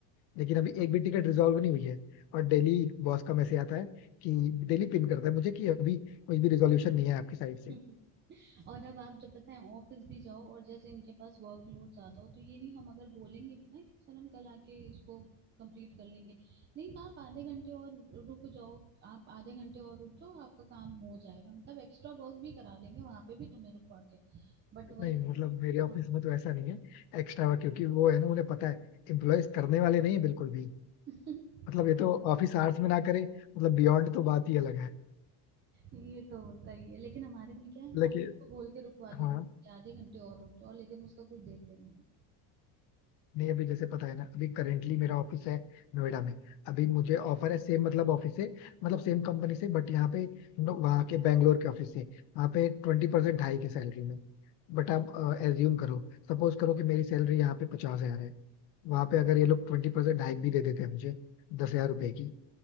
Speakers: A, on the left (about 55°); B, on the right (about 25°).
A: लेकिन अभी एक भी टिकट रिजॉल्व नहीं हुई है और डेली बॉस का मैसेज आता है कि डेली पिन करता है मुझे कि अभी कोई भी रिजोल्यूशन नहीं है आपकी साइड
B: <laughs>
A: से
B: और अब आप जब पता है ऑफिस भी जाओ और जैसे इनके पास वर्कलोड ज्यादा हो तो ये नहीं हम अगर बोलेंगे भी ना कि सर हम कल आके इसको कंप्लीट कर लेंगे नहीं आप आधे घंटे और रुक जाओ आप आधे घंटे और रुक जाओ आपका काम हो जाएगा मतलब एक्स्ट्रा वर्क भी करा लेंगे वहां पे भी तुम्हें रुकवा के बट
A: नहीं
B: वही
A: मतलब मेरे ऑफिस
B: हाँ
A: में तो ऐसा नहीं है एक्स्ट्रा वर्क क्योंकि वो है ना उन्हें पता है एम्प्लॉयज करने वाले नहीं है बिल्कुल भी
B: <laughs>
A: मतलब ये तो ऑफिस आवर्स में ना करें मतलब बियॉन्ड तो बात ही अलग है
B: ये तो होता ही है लेकिन हमारे में क्या है हमारे
A: लेकिन
B: को बोल के रुकवा देते
A: हाँ
B: हैं कि आधे घंटे और रुक जाओ लेकिन उसका कुछ देते नहीं
A: नहीं अभी जैसे पता है ना अभी करेंटली मेरा ऑफिस है नोएडा में अभी मुझे ऑफर है सेम मतलब ऑफिस से मतलब सेम कंपनी से बट यहाँ पे नो- वहाँ के बैंगलोर के ऑफिस से वहाँ पे ट्वेंटी परसेंट हाई के सैलरी में बट आप एज्यूम करो सपोज करो कि मेरी सैलरी यहाँ पे पचास हजार है वहाँ पे अगर ये लोग ट्वेंटी परसेंट हाइक भी दे देते हैं मुझे दस हजार रुपए की